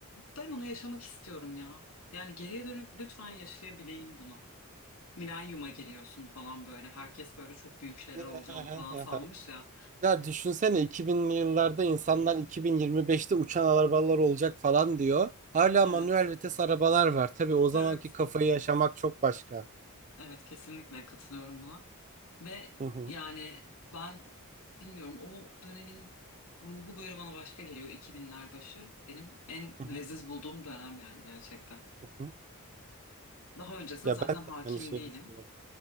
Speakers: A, on the left (about 80°); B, on the right (about 35°).
A: ben onu yaşamak istiyorum ya. Yani geriye dönüp lütfen yaşayabileyim bunu. Milenyuma giriyorsun falan böyle. Herkes böyle çok büyük şeyler
B: <laughs>
A: olacağını falan sanmış ya.
B: Ya düşünsene 2000'li yıllarda insanlar 2025'te uçan arabalar olacak falan diyor. Hala
A: Evet.
B: manuel vites arabalar var. Tabii o zamanki
A: Evet.
B: kafayı yaşamak çok başka.
A: Evet kesinlikle katılıyorum buna. Ve
B: Hı hı,
A: yani ben bilmiyorum o dönemin ruhu böyle bana başka geliyor 2000'ler başı. Benim en
B: hı
A: leziz
B: hı,
A: bulduğum dönem yani gerçekten.
B: hı hı.
A: Daha öncesine
B: Ya
A: zaten
B: ben
A: hakim
B: de aynı şeyi
A: değilim.
B: düşünüyorum.